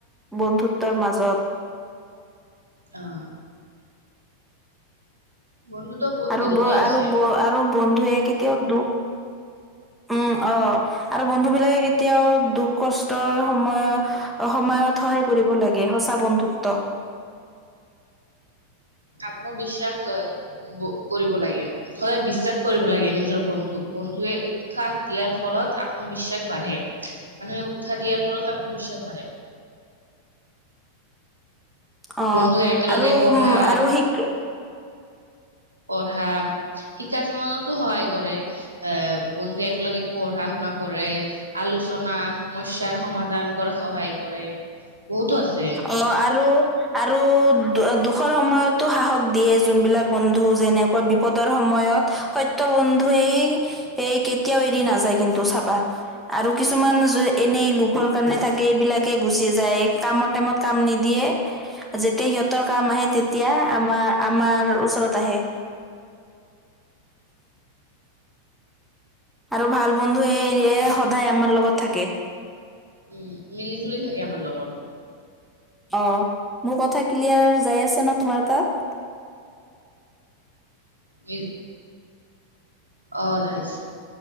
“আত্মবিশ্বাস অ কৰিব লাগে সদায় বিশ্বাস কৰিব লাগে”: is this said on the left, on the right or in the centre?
Right